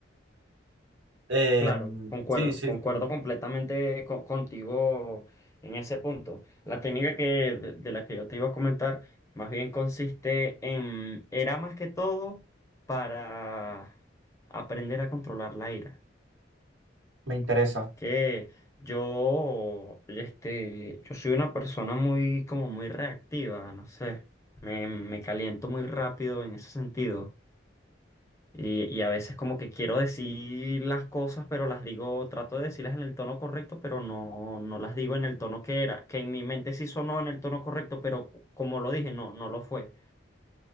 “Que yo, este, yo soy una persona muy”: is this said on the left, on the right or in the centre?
Left